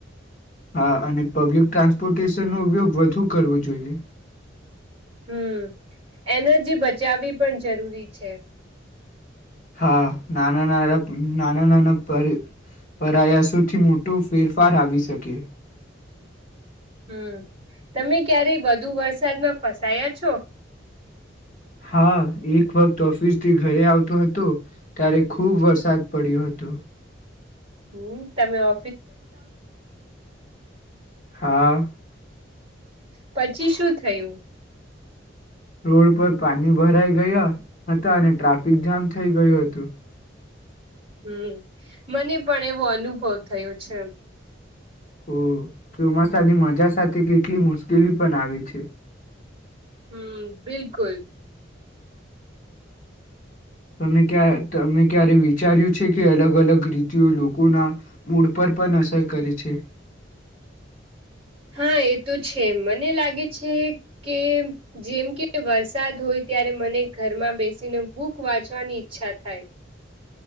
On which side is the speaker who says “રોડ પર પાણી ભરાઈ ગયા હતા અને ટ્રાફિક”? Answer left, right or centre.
Left